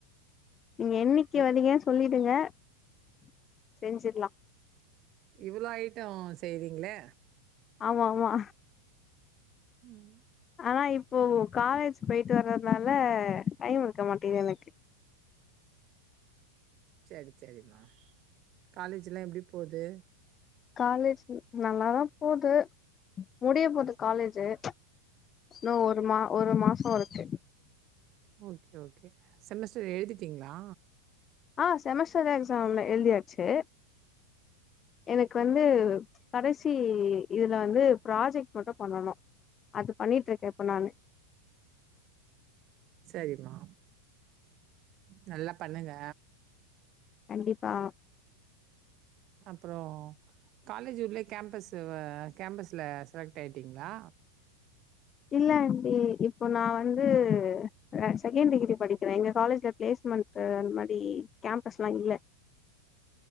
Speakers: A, on the left; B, on the right.
A: நீங்க என்னிக்கு
B: இவ்
A: வரீங்கன்னு சொல்லிடுங்க செஞ்சிர்லாம்
B: இவ்ளோ ஐட்டம் செய்றீங்ளே
A: ஆமா ஆமா
B: ம்
A: ஆனா இப்போ காலேஜ்க்கு போயிட்டு வரதுனால டைம் இருக்க மாட்டேங்குது எனக்கு
B: ச்சேரி ச்சேரிம்மா காலேஜ்ல்லா எப்டி போது
A: காலேஜ் நல்லாதா போது முடிய போது காலேஜீ இனும் ஒரு மா ஒரு மாசம் இருக்கு
B: ஓகே ஓகே செமஸ்டர் எழுதிட்டிங்களா
A: ஆ செமஸ்டர் எக்ஸாம் லா எழுதியாச்சு எனக்கு வந்து கடைசி இதுல வந்து ப்ராஜெக்ட் மட்டும் பண்ணணும் அது பண்ணிட்டு இருக்க இப்ப நானு
B: சரிமா நல்லா பண்ணுங்க
A: கண்டிப்பா
B: அப்புறம் காலேஜ் உள்ளே கேம்பஸ்சவ கேம்பஸ்ல செலக்ட் ஆயிட்டிங்களா
A: இல்ல ஆண்ட்டி இப்ப நா வந்து நா செகண்ட் டிகிரி படிக்கிற எங்க காலேஜ்ல பிளேஸ்மண்ட்டு அந்த மாரி கேம்பஸ்லாம் இல்ல